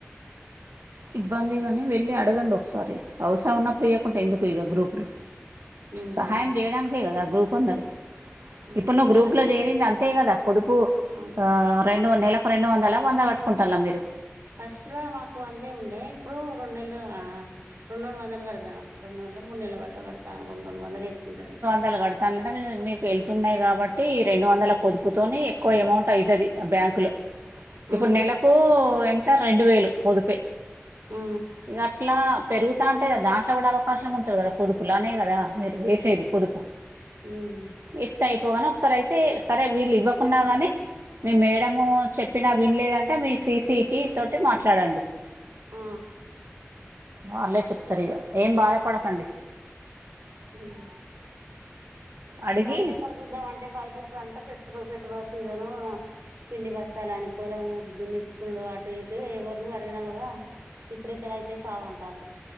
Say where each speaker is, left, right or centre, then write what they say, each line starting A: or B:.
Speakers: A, on the right; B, on the right.
A: ఇబ్బంది గాని వెళ్ళి అడగండి ఒకసారి అవసరం ఉన్నప్పుడు ఇయ్యకుంటే ఎందు కు ఇగ గ్రూపులు
B: ఉమ్,
A: సహాయం చేయడానికే కదా గ్రూప్ ఉన్నది
B: ఉమ్,
A: ఇప్పుడు నువ్వు గ్రూప్‌లో
B: సరే
A: చేరింది అంతే కదా పొదుపు
B: అవును
A: ఆ రెండు నెల కు రెండు వందల వంద కట్టుకుంటాళ్ళ మీరు
B: ఫస్ట్‌లో మాకు వందే ఉండే ఇప్పుడు రెండు నెల్లు ఆ రెండు రెండు వందలు కడతన్నాం రెండు నెల్లో మూడు నెల్లో బట్టు కడతన్నాం రెండు రెండు వందలు ఎసుకుంటాన్నం
A: దలు కడతాళ్ళంటే మీకు ఎళ్తున్నాయి కాబట్టి ఈ రెండు వందల పొదుపుతోనే ఎక్కువ అమౌంట్ అయితది ఆ బ్యాం కులో ఇప్పుడు
B: ఆ,
A: నెలకు ఎంత రెండు వేలు పొదుపే
B: ఆ,
A: ఇగ అట్లా పెరుగుతాంటే దాంట్లో కూడా అవకాశం ఉంటంది కదా పొదుపులానే క దా మీరు ఎసేది పొదుపు
B: ఉమ్మ్
A: ఇస్తే అయిపోగాని ఒకసారి అయితే సరే వీళ్ళు ఇవ్వకున్నా గాని మీ మేడము చెప్పినా విన్లేదంటే మీ సీసీకి తోటి మాట్లాడండి
B: ఆ
A: వాళ్లే చెప్తారు ఇగ ఏం బాధపడకండి
B: ఉమ్
A: అడిగి
B: బయట ఎక్కడ చూద్దామంటే బయట ఇప్పుడంతా పెట్టు పెట్టుబడు సిజను పిండి బస్తాలని పొలం దున్నిచ్చికునుడు అటు ఇటు ఎవరు అడిగినా కూడా ఇప్పుడెక్కడ అయితాయి కావంటాళ్ళు